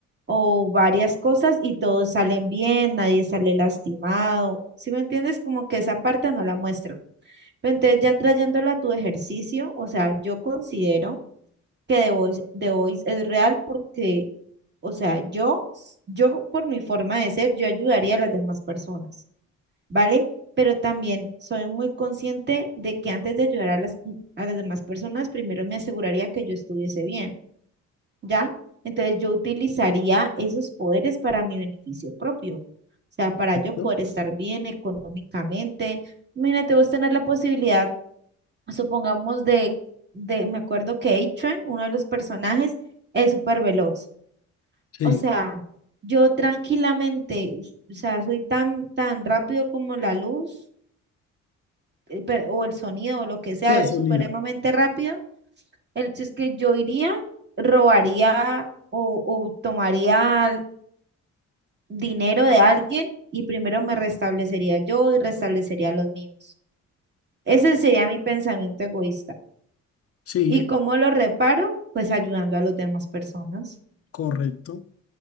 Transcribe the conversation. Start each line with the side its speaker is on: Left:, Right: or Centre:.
Right: o varias cosas y todos salen bien, nadie sale lastimado. ¿Sí me entiendes? Como que esa parte no la muestran. Pero entonces ya trayéndola a tu ejercicio, o sea, yo considero que The Voice, The Voice es real porque, o sea, yo, yo por mi forma de ser, yo ayudaría a las demás personas, ¿vale? Pero también soy muy consciente de que antes de ayudar a las, a las demás personas, primero me aseguraría que yo estuviese bien, ¿ya? Entonces yo utilizaría esos poderes para mi beneficio propio, o sea, para yo poder
Left: ¿No?
Right: estar bien económicamente. Imagínate vos tener la posibilidad supongamos de, de, me acuerdo que A-Train, uno de los personajes, es súper veloz.
Left: Sí,
Right: O sea, yo tranquilamente, o sea, soy tan, tan rápido como la luz eh, pe- o el sonido o lo que sea,
Left: sí, el sonido.
Right: supremamente rápido. El hecho es que yo iría, robaría o, o tomaría al- dinero de alguien y primero me restablecería yo y restablecería a los míos. Ese sería mi pensamiento egoísta.
Left: Sí,
Right: ¿Y cómo lo reparo? Pues ayudando a las demás personas.
Left: correcto.